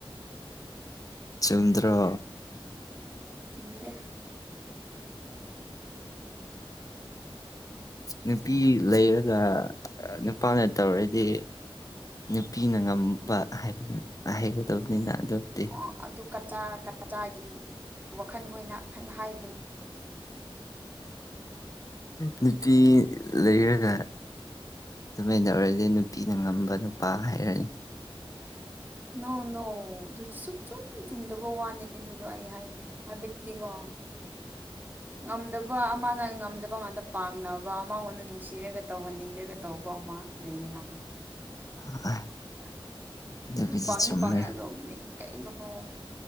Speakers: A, on the left; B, on the right.
A: ꯆꯨꯝꯗ꯭ꯔ
B: ꯆꯨꯝꯗ
A: ꯅꯨꯄꯤ ꯂꯩꯔꯒ ꯅꯨꯄꯥꯅ ꯇꯧꯔꯗꯤ ꯅꯨꯄꯤꯅ ꯉꯝꯕ ꯍꯥꯏꯕꯅꯤ ꯍꯩꯒꯗꯕꯅꯤꯅ ꯑꯗꯨꯕꯨꯗꯤ
B: ꯑꯣ ꯑꯗꯨ ꯀꯆꯥ ꯀꯆꯥꯒꯤ ꯋꯥꯈꯜꯈ ꯑꯣꯏꯅ ꯍꯥꯏ
A: ꯅꯨꯄꯤ ꯂꯩꯔꯒ ꯑꯗꯨꯃꯥꯏꯅ ꯇꯧꯔꯗꯤ ꯅꯨꯄꯤꯅ ꯉꯝꯕ ꯅꯨꯄꯥ ꯍꯥꯏꯔꯅꯤ
B: ꯅꯣ ꯅꯣ ꯑꯗꯨ ꯁ ꯆꯨꯝ ꯆꯨꯝꯗꯕ ꯋꯥꯅꯤ ꯑꯗꯨꯗꯣ ꯑꯩ ꯍꯥꯏꯒꯦ ꯍꯥꯏꯕꯗꯤꯀꯣ ꯑꯣ
A: <unintelligible>
B: ꯉꯝꯗꯕ ꯑꯃꯅ ꯉꯝꯗꯕ ꯉꯥꯟꯇ ꯄꯥꯡꯅꯕ ꯑꯃꯉꯣꯟꯗ ꯅꯨꯡꯁꯤꯔꯒ ꯇꯧꯍꯟꯅꯤꯡꯗ꯭ꯔꯒ ꯇꯧꯕ ꯑꯃꯛ ꯃꯥ ꯂꯩꯅ
A: <unintelligible>
B: ꯑꯗꯨ
A: ꯑꯗꯨꯕꯨꯗꯤ
B: ꯑꯗꯨ ꯄꯪꯤ
A: ꯆꯨꯝꯃꯦ
B: ꯄꯉꯗꯣꯕꯅꯤ ꯀꯉꯣ